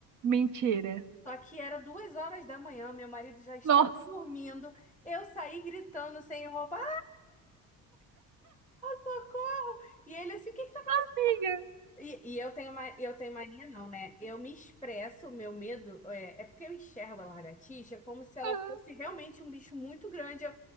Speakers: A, on the right (about 60°); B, in the centre.
A: Mentira.
B: Só que era duas horas da manhã, meu marido já estava
A: Nossa,
B: dormindo. Eu saí gritando sem roupa, ah, socorro! E ele assim, o que que tá acontecendo?
A: amiga.
B: E, e eu tenho ma- eu tenho mania, não, né? Eu me expresso, o meu medo é, é porque eu enxergo a lagartixa como se ela
A: Ah.
B: fosse realmente um bicho muito grande. Eu,